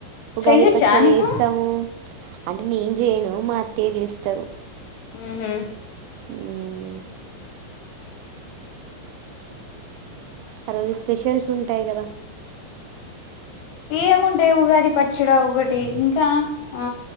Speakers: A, on the right; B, on the left.
A: ఉగాది
B: చెయ్యొచ్చా
A: పచ్చడి
B: నీకు
A: చేస్తాము అంటే నేను చేయను మా అత్తయ చేస్తారు
B: ఉమ్ హు
A: ఊ మ్ ఆ రోజు స్పెషల్స్ ఉంటాయి కదా
B: ఏముంటాయి ఉగాది పచ్చడా ఒకటి ఇంకా ఆ